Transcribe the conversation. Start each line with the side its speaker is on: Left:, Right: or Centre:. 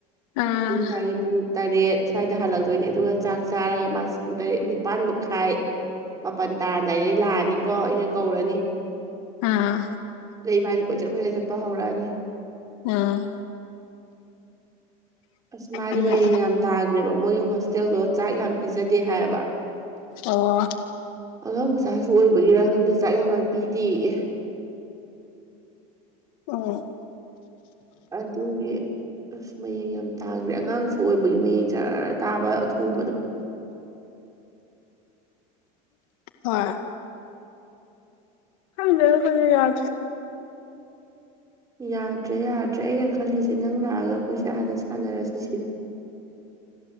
Left: ꯑꯥ
Right: ꯑꯗꯨ ꯌꯥꯏꯌꯦ ꯄ ꯇꯔꯦꯠ ꯁ꯭ꯋꯥꯏꯗ ꯍꯜꯂꯛꯇꯣꯏꯅꯦ ꯑꯗꯨꯒ ꯆꯥꯛ ꯆꯥꯔꯒ ꯃꯥꯁꯤꯦ ꯄꯨꯡ ꯇꯔꯦꯠ ꯅꯤꯄꯥꯜ ꯃꯈꯥꯏ ꯃꯥꯄꯜ ꯇꯥꯔꯗꯥꯏꯗꯩ ꯂꯥꯛꯑꯅꯤꯀꯣ ꯑꯩꯅ ꯀꯧꯔꯅꯤ
Left: ꯑꯥ
Right: ꯂꯩ ꯃꯥꯅꯤ ꯀꯣꯏꯆꯠ ꯀꯣꯏꯆꯠ ꯆꯠꯄ ꯍꯧꯔꯛꯑꯅꯤ
Left: ꯑꯝ
Right: ꯑꯁ ꯃꯥꯗꯤ
Left: ꯎꯝ
Right: ꯃꯌꯦꯡ ꯌꯥꯝ ꯇꯥꯈ꯭ꯔꯦꯕ ꯃꯣꯏꯒꯤ ꯍꯣꯁꯇꯦꯜꯗꯣ ꯆꯥꯛ ꯌꯥꯝ ꯄꯤꯖꯗꯦ ꯍꯥꯏꯕ
Left: ꯑꯣ
Right: ꯑꯉꯥꯡ ꯃꯆꯥꯁꯨ ꯑꯣꯏꯕꯒꯤꯔ ꯈꯪꯗꯦ ꯆꯥꯛ ꯌꯥꯝ ꯌꯥꯝ ꯄꯤꯗꯤ ꯑꯦ
Left: ꯑꯣ
Right: ꯑꯗꯨꯒꯤ ꯑꯁ ꯃꯌꯦꯡ ꯌꯥꯝ ꯇꯥꯈ꯭ꯔꯦ ꯑꯉꯥꯡꯁꯨ ꯑꯣꯏꯕꯒꯤ ꯃꯌꯦꯡ ꯆꯔ ꯇꯥꯕ ꯑꯊꯨꯕꯗꯣ
Left: ꯍ ꯍ ꯍꯧꯖꯤ ꯌꯥꯗ
Right: ꯌꯥꯗ꯭ꯔꯦ ꯌꯥꯗ꯭ꯔꯦ ꯑꯩꯅ ꯈꯜꯂꯤꯁꯦ ꯅꯪ ꯂꯥꯛꯑꯒ ꯑꯩꯈꯣꯏꯁꯦ ꯑꯥꯗ ꯁꯥꯟꯅꯔꯁꯤ ꯁꯤꯅꯤ